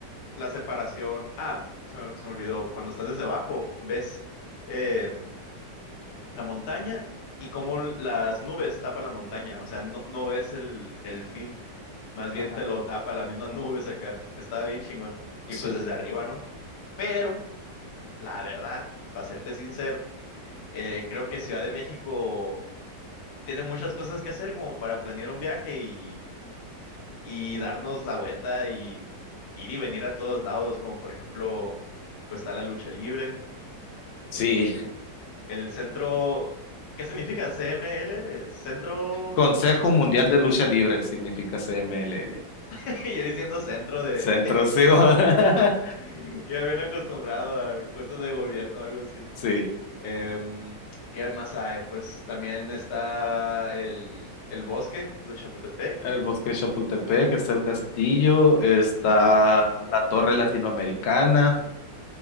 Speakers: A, on the left (about 55°); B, on the left (about 80°).
A: la separación. Ah, se me, se me olvidó. Cuando estás desde abajo, ves em, la montaña y cómo las nubes tapan la montaña. O sea, no, no ves el, el fin. Más bien
B: Ajá,
A: te lo tapa las mismas nubes acá. Estaba bien chingón. Y
B: sí.
A: pues desde arriba, ¿no? Pero, la verdad, para serte sincero, eh, creo que Ciudad de México tiene muchas cosas que hacer como para planear un viaje y, y darnos la vuelta y ir y venir a todos lados, como por ejemplo, pues está la lucha libre.
B: Sí,
A: eh, el centro, ¿qué significa? CMLL, centro,
B: Consejo Mundial de Lucha Libre significa CMLL.
A: <laughs> y yo diciendo centro de,
B: Centro, sí. <laughs>
A: <laughs> ya bien acostumbrado a cosas de gobierno, algo así.
B: Sí,
A: Em, ¿qué más hay? Pues también está el, el bosque de Chapultepec.
B: el Bosque de Chapultepec, está el castillo, está la Torre Latinoamericana,